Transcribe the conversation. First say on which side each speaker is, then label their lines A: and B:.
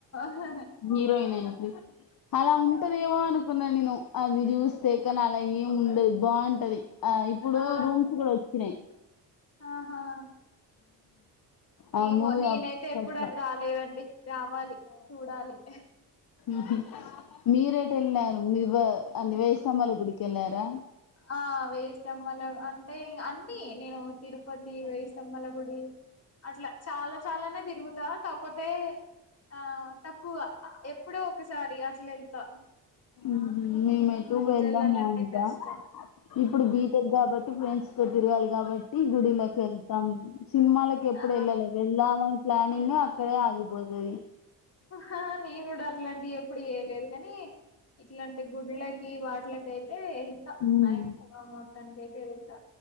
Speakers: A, on the left (about 35°); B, on the left (about 55°).
A: హ
B: హీరోయిన్ ఎంట్రీ అలా ఉంటదేమో అనుకున్నా నేను అది చూస్తే కానీ అలా ఏమి ఉండది బాగుంటది ఆ ఇప్పుడు
A: ఆ
B: రూమ్స్ కూడా వచ్చినాయి
A: ఆహా
B: ఆ
A: ఏమో
B: మూవీ
A: నీనైతే
B: అప్పట్లో
A: ఎప్పుడు అటు రాలేదండి రావాలి, చూడాలి. య
B: ఉహు మీరేటెల్లారు మీవ అన్ని వేస్తంభాల గుడికి వెళ్ళారా?
A: ఆ వేయ్యిస్థంబాల అంటే అన్ని నేను తిరుపతి, వెేయ్యిస్థంబాల గుడి అట్లా చాలా చాలానే తిరుగుతా కాపోతే ఆ తక్కువ ఎప్పుడో ఒకసారి అట్లేల్తా
B: ఉహు మేమెటు వెళ్ళము
A: వెళ్ళాలంటే
B: ఓన్
A: కష్టం
B: గా ఇప్పుడు బీటెక్ కాబట్టి ఫ్రెండ్స్ తో తిరగాలి కాబట్టి టి గుడిలోకి వెళ్తాం సినిమాలకి ఎప్పుడు
A: ఆ
B: ఏళ్ళలే వెళ్దామని ప్లానింగ్ అక్కడే ఆగిపోదు గది
A: ఆ హ నేను కూడా అట్లాంటి ఎప్పుడు చేయలేదు. కానీ ఇట్లాంటి గుళ్ళకి వాట్లకి అయి ఏయ్ ఎళ్తా
B: మ్మ్
A: మ్యాక్సిమం మొత్తానికైతే వెల్తా